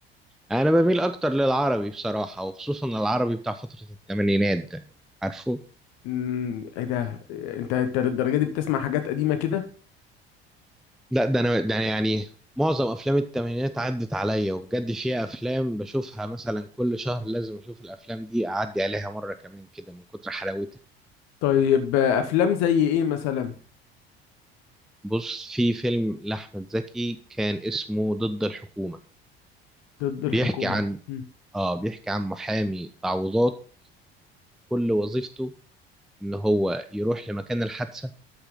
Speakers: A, in the centre; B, on the left.
A: انا بميل اكتر للعربي بصراحه وخصوصا العربي بتاع فتره الثمانينات ده عارفه
B: أم، ايه ده انت انت للدرجة دي بتسمع حاجات قديمة كده
A: لا ده انا ده أنا يعني معظم افلام الثمانينات عدت عليا وبجد فيها افلام بشوفها مثلا كل شهر لازم اشوف الافلام دي اعدي عليها مره كمان كده من كتر حلاوتها
B: طيب آه، افلام زي ايه مثلا
A: بص في فيلم لاحمد زكي كان اسمه ضد الحكومه
B: ضد الحكومة
A: بيحكي عن
B: مم.
A: اه بيحكي عن محامي تعويضات كل وظيفته ان هو يروح لمكان الحادثة